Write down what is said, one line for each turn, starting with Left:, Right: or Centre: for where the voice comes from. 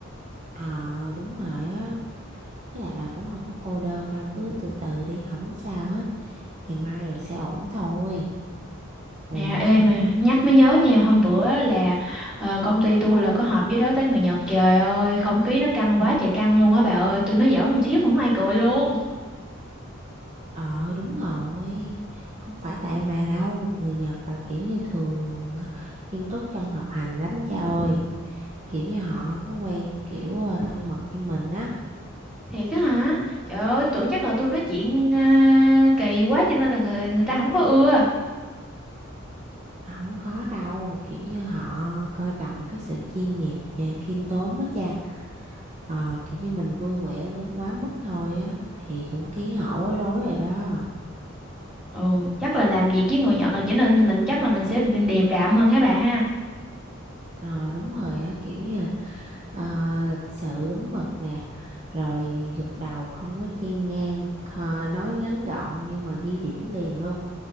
Right: ờ đúng rồi á Với lại bà cũng không có cô đơn đâu, cứ từ từ đi, không sao hết. Ngày mai rồi sẽ ổn thôi. Ủa,
Centre: Nè, em mà nhắc mới nhớ nha, hôm bữa là ờ, công ty tôi là có họp với đối tác người Nhật. Trời ơi, không khí nó căng quá trời căng luôn á bà ơi. Tôi nói giỡn một xíu mà không ai cười luôn.
Right: ờ đúng rồi. Không phải tại bà đâu, người Nhật là kiểu như thường nghiêm túc trong học hành lắm cha ơi. Kiểu như họ không có quen kiểu ờ, thân mật như mình á.
Centre: Thiệt á hả? Trời ơi, tôi tưởng chắc là tôi nói chuyện ờ, kỳ quá cho nên là người người ta không có ưa.
Right: Không có đâu, kiểu như họ coi trọng cái sự chuyên nghiệp và khiêm tốn á cha. Ờ, kiểu như mình vui vẻ quá quá mức thôi á, thì cũng khiến họ bối rối rồi đó.
Centre: Ừ, chắc là làm việc với người Nhật rồi cho nên mình chắc là mình sẽ bị điềm đạm hơn hả bà ha.
Right: Ờ đúng rồi á, kiểu như là Ờ, lịch sự đúng mực nè rồi gật đầu không có chen ngang Ờ, nói ngắn gọn nhưng mà ghi điểm liền luôn